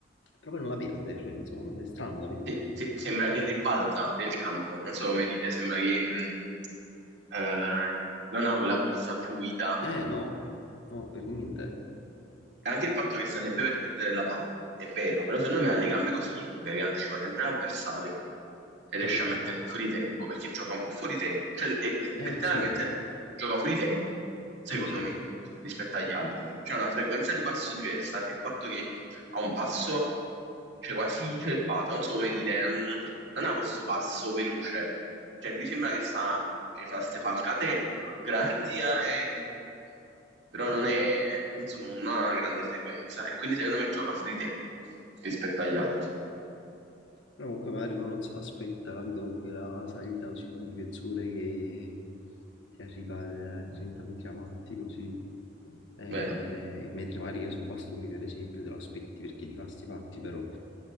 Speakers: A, on the left; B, on the right.
A: però poi non la perde, cioè, non so, è strano da vedere.
B: sì, sì, sembra che rimbalza del campo, non so come dite, sembra che mh, eh, non ha quella corsa fluida.
A: Eh no, no, per niente.
B: E Anche il fatto che sta sempre per perdere la palla, è vero, però secondo me ha le gambe così lunghe che anticipa sempre l'avversario e riesce
A: No, com-
B: a metterli fuori tempo, perché gioca un po' fuori tempo, cioè è- le-
A: eh
B: letteralmente
A: sì,
B: gioca fuori tempo, secondo
A: sì, sì.
B: me, rispetto agli altri. C'è una frequenza di passo diversa, anche il fatto che ha un passo, cioè quasi felpato, non so come dire, non, non ha questo passo veloce. Cioè lui sembra che sta, che fa queste falcate gr- grandi, eh, però
A: Mm.
B: non è, non sono- non ha una grande frequenza e quindi secondo me gioca fuori tempo rispetto agli altri.
A: Però comunque magari uno non se l'aspetta, capito? Comunque la salita così di un difensore che ti arriva a 30 metri avanti così. Eh,
B: Vero.
A: mentre magari che ne so, Bastoni per esempio te lo aspetti perché gli fa sti fatti, però